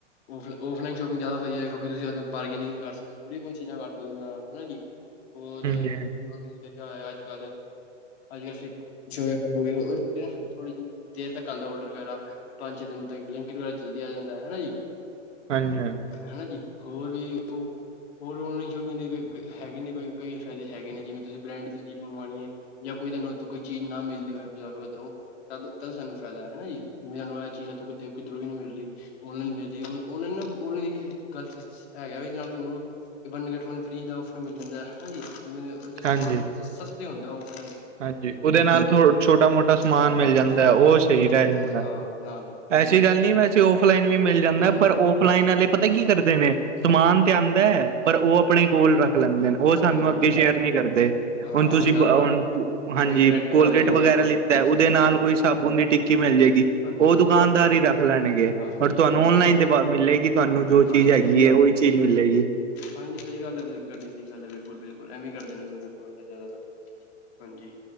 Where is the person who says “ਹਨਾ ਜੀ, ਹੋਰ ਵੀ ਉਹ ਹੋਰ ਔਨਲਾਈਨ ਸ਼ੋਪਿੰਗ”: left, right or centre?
Left